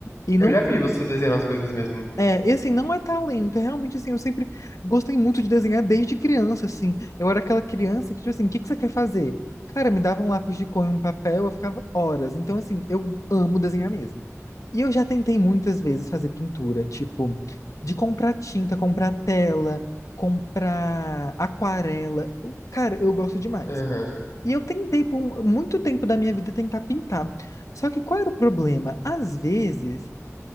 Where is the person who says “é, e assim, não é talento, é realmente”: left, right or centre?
Left